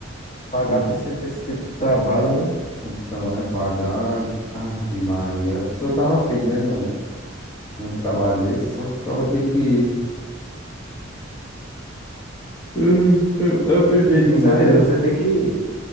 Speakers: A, on the left (about 35°); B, on the left (about 20°).
A: pagar
B: En-
A: pra esse, pra esse tipo de trabalho, né?
B: Então, né, pagar, e- Ave Maria, a pessoa tava feita, né, num, em um trabalho desse, só que o cara tem que <laughs> eh, aprender
A: Sim,
B: demais,
A: com certeza,
B: né?
A: você tem que